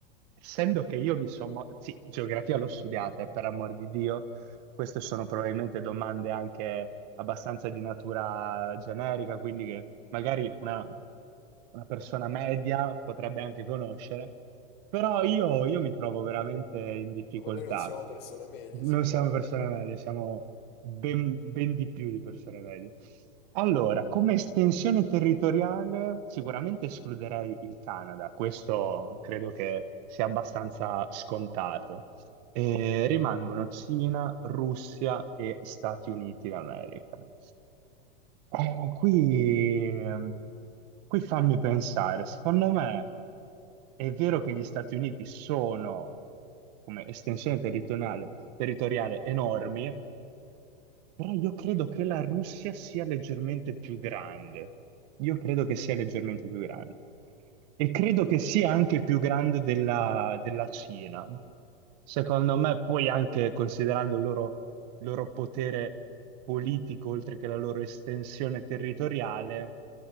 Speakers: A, on the right (about 45°); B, on the left (about 80°).
A: essendo che io mi sono... Sì, geografia l'ho studiata, e per amor di Dio, queste sono probabilmente domande anche abbastanza di natura generica, quindi che magari una, una persona media potrebbe anche conoscere, però io, io mi trovo veramente in difficoltà.
B: Ma noi non siamo persone medie,
A: Non
B: sicuramente.
A: siamo persone medie, siamo ben, ben di più di persone medie. Allora, come estensione territoriale sicuramente escluderei il Canada, questo credo che sia abbastanza scontato. E rimangono Cina, Russia e Stati Uniti d'America. Eh, qui, ehm, qui fammi pensare, secondo me è vero che gli Stati Uniti sono come estensione territoriale, territoriale enormi, però io credo che la Russia sia leggermente più grande. Io credo che sia leggermente più grande. E credo che sia anche più grande della, della Cina. Secondo me, poi anche considerando il loro loro potere politico, oltre che la loro estensione territoriale.